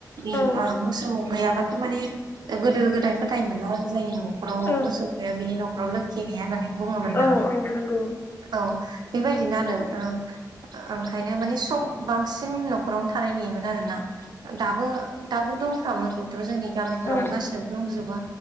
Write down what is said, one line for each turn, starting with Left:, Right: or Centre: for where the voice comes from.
Right: इ‌
Left: औ
Right: ओ मोसौ गैयाबाथ माने गोदो गोदाय फोथायोमोन ना जायनि नखराव
Left: औ
Right: मोसौ गैया बिनि नखराव लोखि गैया होननानै बुंङोमोन ना
Left: औ औ नंगौ
Right: औ बेबायदिनो आरो ओ ओंखायनो माने सब बां सिन नख'रावनो थानाय नुयोमोन आरोना दाबो-दाबो दंफ्रामो खिन्थु जोंनि गामिफोरावबो
Left: औ
Right: गा सिबो दंजोबो